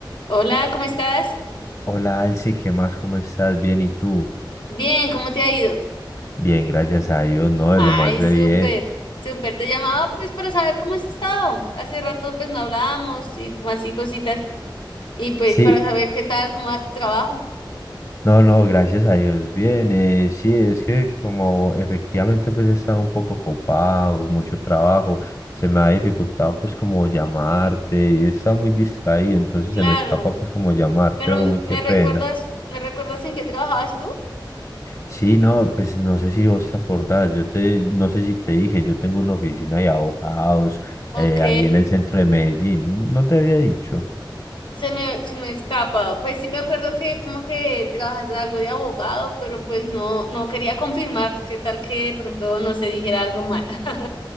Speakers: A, on the left; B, on the left.
A: Hola, ¿cómo estás?
B: Hola Alci, ¿qué más? ¿Cómo estás? Bien, ¿y tú?
A: Bien, ¿cómo te ha ido?
B: Bien, gracias a Dios, no, de
A: Ay,
B: lo más de
A: súper,
B: bien.
A: súper. Te llamaba pues para saber cómo has estado. Hace rato pues no hablábamos y como así cositas y pues
B: Sí,
A: para saber qué tal, cómo va tu trabajo.
B: no, no, gracias a Dios, bien. eh, sí, es que como efectivamente pues he estado un poco ocupado, mucho trabajo, se me ha dificultado pues como llamarte y he estado muy distraído, entonces
A: Claro,
B: se me escapa pues como llamarte,
A: pero
B: hombre,
A: me, me
B: qué pena.
A: recuerdas, ¿me recuerdas en qué trabajabas tú?
B: Sí, no, pues no sé si vos te acordás, yo te, no sé si te dije, yo tengo una oficina de abogados
A: Ok,
B: eh, ahí en el centro de Medellín, no te había dicho.
A: se me, se me escapa. Pues sí me acuerdo que como que trabajas algo de abogado, pero pues no, no quería confirmar qué tal que de pronto no se dijera algo mal. <laughs>